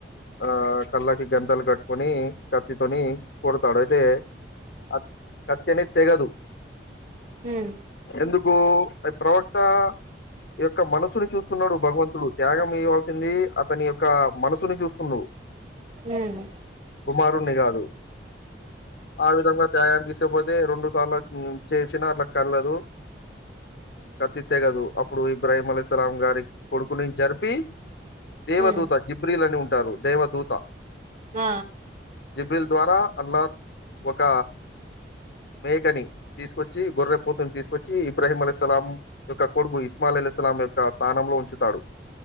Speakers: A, on the left; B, on the right.
A: ఆ కల్ళక్ కి గంధలు కట్టుకొని కత్తితోని కూడతాడు అయితే అ కత్తి అనేది తెగదు
B: ఉమ్
A: ఎందుకూ ప్రవక్త యొక్క మనసుని చూస్తున్నాడు భగవంతుడు త్యాగం ఇవ్ల్సింది అతని యొక్క మనసుని చూస్తుండు
B: ఉమ్
A: కుమారు్ణి గాదు ఆ విధంగా తయారు దీస్ ఇగ పోతే రెండు సార్లు చేసిన అట్ల కల్లదు కత్తి తెగదు అప్పుడు ఇబ్రాహీం అలీ సలాం గారి కొడుకుని జరిపి దేవధూత
B: ఉమ్
A: జిబ్రీలని ఉం టరు దేవదూత
B: ఆ
A: జిబ్రిల్ ద్వారా అలా ఒక మేకని తీసుకొచ్చి గొర్రె పోతుని తీసుకొచ్చి ఇబ్రాహీం అల్స్లాం యొక్క కొడుగు ఇస్మాల్ అలీసలాం యొక్క స్థానంలో ఉంచుతాడు